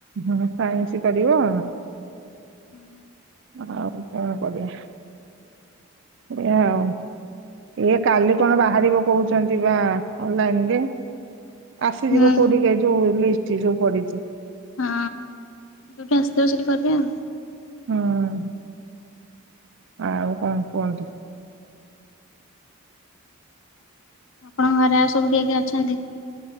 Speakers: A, on the right; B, on the left.
A: ହୁ ସାଇନ୍ସ କରିବ
B: ହୁଁ।
A: ଆଉ କଣ କରିବା। ଏଇଆ ଆଉ କାଲି କଣ ବାହାରିବ କହୁଛି କହୁଛନ୍ତି ଵା ଅଲନାଇନ ରେ ଆସିଯିବ
B: ହୁଁ
A: କୋଉଠିକ ଯୋଉ ଲି ଚିରୁ ପଡିଛି।
B: ହଁ ଯୋଉଠି ଆସୁଥିବ ସେଇଠି କରିବା ଆଉ।
A: ହଁ। ଆଉ କଣ କୁହନ୍ତୁ?
B: ଆପଣଙ୍କ ଘରେ ଆଉ ସବୁ କିଏ କିଏ ଅଛନ୍ତି?